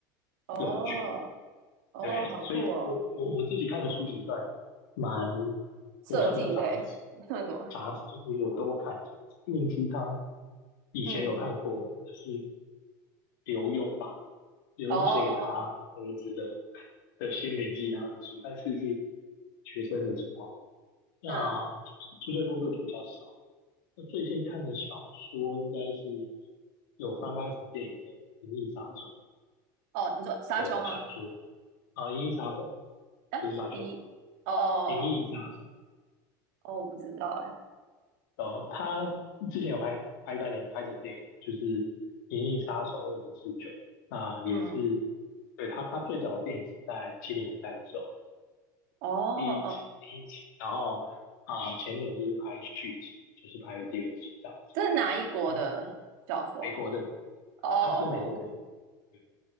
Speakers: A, on the right; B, on the left.
A: 哦。
B: 用具。
A: 哦，
B: 对，
A: 好酷哦，
B: 所以我我我自己看的书籍算蛮，
A: 设计类
B: 我算比较杂食，
A: <laughs>，那什么？
B: 杂食就是我都看。心灵鸡汤以前有看过，
A: 嗯，
B: 看的是刘墉吧，刘墉写给他儿子的
A: 哦哦，
B: 的心灵鸡汤的书，但是是学生的时候。那
A: 嗯，
B: 注册工作就比较少。那最近看的小说应该是有翻拍成电影的《银翼杀手》
A: 哦，你说沙丘吗？
B: 的小说啊，银翼杀手》
A: 啊，
B: 不是沙丘，
A: 一，哦哦
B: 《银翼杀手》。
A: 哦哦，我不知道哎，
B: 然后他之前有拍拍拍成拍成电影，就是《银翼杀手二零四九》，那也是
A: 嗯，
B: 对他他最早的电影是在七零年代的时候
A: 哦
B: 第一期第一期，
A: 哦，
B: 然后啊、前年就是拍续集，就是拍了第二集这样子。
A: 这是哪一国的小说
B: 然后美国的
A: 啊哦哦，OK，
B: 他是美国的选手。对，